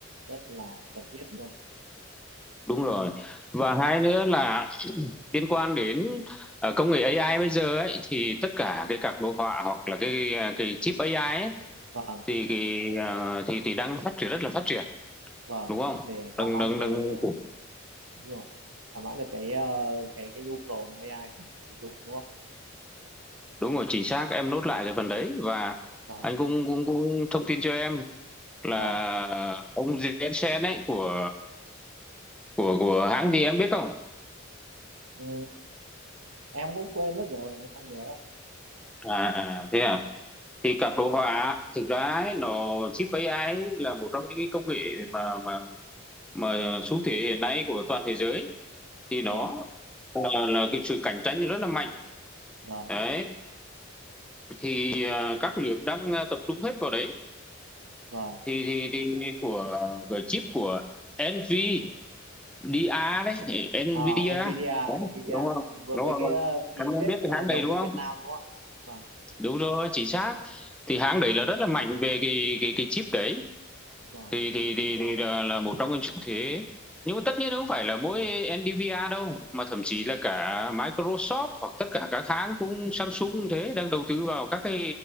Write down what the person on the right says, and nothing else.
rất là cần thiết luôn.
Ừ,
vâng
vâng
để thỏa
mãn
cái
ờ, đúng rồi thỏa mãn được cái ờ, cái cái nhu cầu mà AI cần phải sử dụng đúng không?
Vâng
vâng.
Ừ, em cũng quên mất rồi, em không nhớ.
Vâng
vâng
vâng
À, Nvidia, Nvidia
ừ, vừa
mới
cái ờ, ký
kết
hợp
đồng
với
Việt Nam đúng không ạ? Vâng,
vâng,